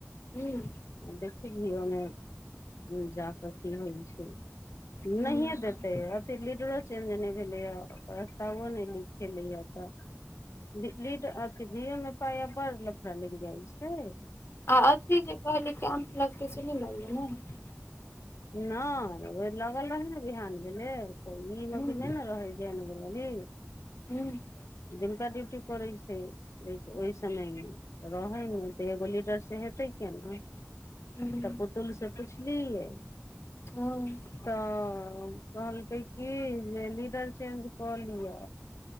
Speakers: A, on the left; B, on the left.
A: हूॅं
B: देखलियौ नेय ओमे जाकऽ की होइ छैय।
A: हुँ
B: नैहिए देते अथि लीडरो चेंज नैय भेलैए प्रस्तावों नैय लिखेलै या तऽ लीड अथी भीओ मे पाइ बड़ लफड़ा लागि जाइ छैय।
A: आ अथी जे कहलि कि कैम्प लगतै से नैय लगलै ने
B: नैय ओ लगल रहे ने बिहान भेले तऽ इ मे
A: हुँ
B: कि नैय ने रहे जय नगर वाली
A: हुँ
B: दिनका ड्यूटी करैय छैय। लेकिन ओहि समयमे रहैय नैय तऽ एगो लीडरसे हेतै कियेना
A: हुँ
B: तऽ पुतल से पुछलियै
A: हँ,
B: तऽ कहलकै की, जे लीडर चेंज कऽ लिअ।